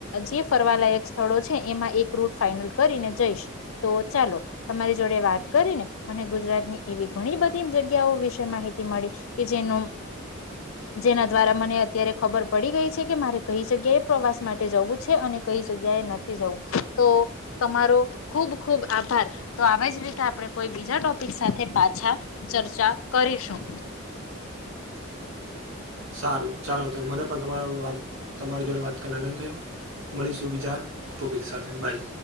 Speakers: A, on the left; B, on the right.
A: જે ફરવાલાયક સ્થળો છે એમાં એક રૂટ ફાાઈનલ કરીને જઈશ તો ચાલો તમારે જોડે વાત કરી ને મને ગુજરાતની એવી ઘણી બધી જગ્યાઓ વિશે માહિતી મળી કે જેનું જેના દ્વારા મને અત્યારે ખબર પડી ગઈ છે કે મારે કઈ જગ્યાએ પ્રવાસ માટે જવું છે અને કઈ જગ્યાએ નથી જવું તો તમારો ખુબ ખુબ આભાર તો આવી જ રીતે આપણે કોઈ બી જા ટોપિક સાથે પાછા ચર્ચા કરીશું.
B: સારું ચાલો. તો મને પણ તમારો વાત તમારી જોડે વાત કરને આનંદ થયો મળીશું બીજા ટોપિક સાથે બાઈ.